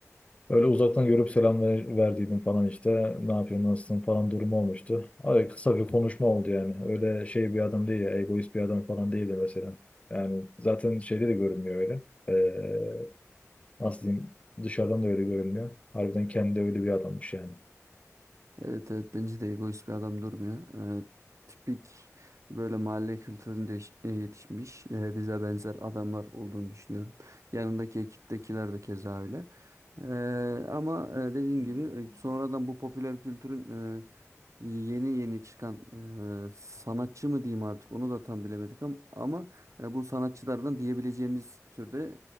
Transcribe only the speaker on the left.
Öyle uzaktan görüp selam ver, verdiydim falan işte. Ne yapıyorsun nasılsın falan durumu olmuştu. Abi kısa bir konuşma oldu yani. Öyle şey bir adam değil ya egoist bir adam falan değildi mesela. Yani zaten şeyde de görünmüyor öyle. Eee nasıl diyeyim dışarıdan da öyle görünmüyor. Harbiden kendi öyle bir adammış yani.